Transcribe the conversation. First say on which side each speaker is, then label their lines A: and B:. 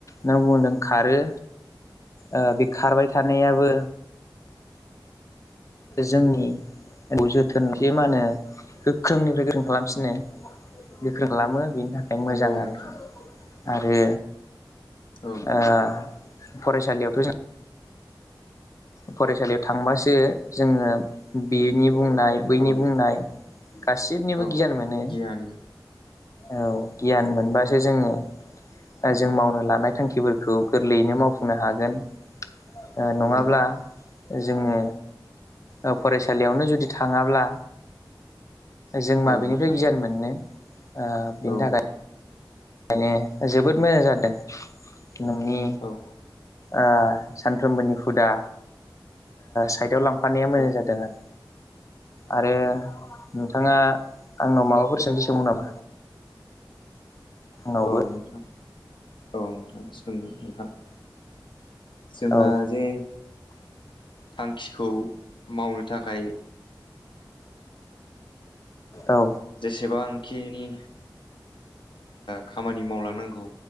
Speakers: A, on the left; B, on the left.
A: नों बुंदों खारो ओ बे खारबाय थानायाबो जोंनि जोथोनसे मा होनोक्ष? गोख्रोंनिफ्राय गोख्रों खालामसिनो गोख्रों खालामो । बेनि थाखाय मोजां
B: नंगौ नोंथां
A: आरो आरो
B: औ
A: ओ फरायसालियावथ' जों फरायसालियाव थांबासो जोङो बेनि बुंनाय बैनि
B: औ
A: बुंनाय गासिनिबो
B: औ
A: गियान मोनो।
B: गियानि
A: औ गियान मोनबासो जोङो जों मावनो लानाय थांखि खुथिफोरखौ गोरलैयैनो मावफुंनो हागोन ओ नङाब्ला
B: औ
A: जोङो ओ फरायसालियावनो जुदि थाङाब्ला जों माबेनिफ्राय
B: औ नोंथां
A: गियान मोनो ओ बिनि
B: औ
A: थाखाय
B: नोंथां
A: । खायनो जोबोद मोजां जादों नोंनि
B: औ
A: ओ सानफ्रोमबोनि हुदा साइडआव लांफ फानाया मोजां
B: औ
A: जादों आरो आरो नोंथाङा आंनाव माबाफोर सोंदि सोंबावनो नामा? आंनावबो
B: औ नोंथां औ नोंथां सोंनो नोंथां ‌ जोंहा
A: औ
B: जे थांखिखौ मावनो थाखाय
A: औ
B: जेसेबां आंखिनि खामानि मावलांनांगौ